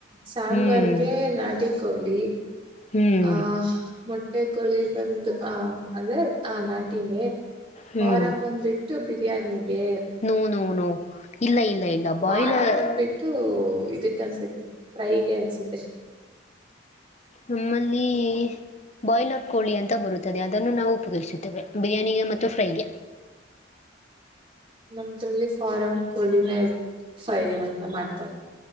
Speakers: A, on the right (about 30°); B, on the left (about 35°).
A: ಸಾಂಬಾರ್ಗೆ
B: ಹ್ಮ್
A: ನಾಟ ಕೋಳಿ.
B: ಹ್ಮ್
A: ಆ ಮೊಟ್ಟೆ ಕೊಳಿ ಬಂದ ಆ ಅಂದ್ರೆ ಆ ನಾಟಿನೇ
B: ಹ್ಮ್
A: ಫಾರಂ ಬಂದ್ಬಿಟ್ಟು ಬಿರಿಯಾನಿಗೆ
B: ನೋ ನೋ ನೋ ಇಲ್ಲ ಇಲ್ಲ ಇಲ್ಲ. ಬಾಯ್ಲರ್
A: ಆರಮ್ ಬಂದ್ಬಿಟ್ಟು ಇದಕ್ ಅನ್ಸತ್ತೆ ಫ್ರೈಗೆ ಅನ್ಸತ್ತೆ.
B: ನಮ್ಮಲ್ಲಿ ಬಾಯ್ಲರ್ ಕೋಳಿ ಅಂತ ಬರುತ್ತದೆ ಅದನ್ನು ನಾವು ಉಪಯೋಗಿಸುತ್ತೇವೆ. ಬಿರಿಯಾನಿಗೆ ಮತ್ತು ಫ್ರೈಗೆ.
A: ನಮ್ರಲ್ಲಿ ಫಾರಂ ಕೋಳಿನೇ ಫೈ ಅಂತ ಮಾಡ್ತಾರೆ.